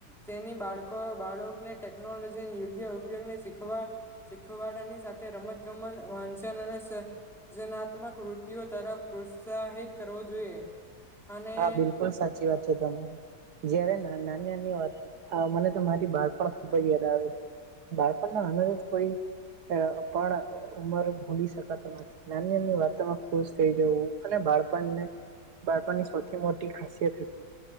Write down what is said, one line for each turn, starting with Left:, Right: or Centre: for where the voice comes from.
Centre: તેની બાળકો બાળકને ટેકનોલોજી યોગ્ય ઉપયોગને શીખવા શીખવાડની સાથે રમતગમત વાંચન અને સ સર્જનાત તમક વૃતિઓ તરફ પ્રોત્સાહિત કરવો જોઈએ અને
Right: હા બિલકુલ સાચી વાત છે તમારી જયારે નાની નાની વાત આ મને તો મારી બાળપણ ખુબ જ યાદ આવે છે. બાળપણના આનંદ જ કોઈ અ પણ ઉમર ભૂલી શકાતો નથી નાની નાની વાતોમાં ખુશ થઈ જવું અને બાળપણને બાળપણની સૌથી મોટી ખાસિયત હતી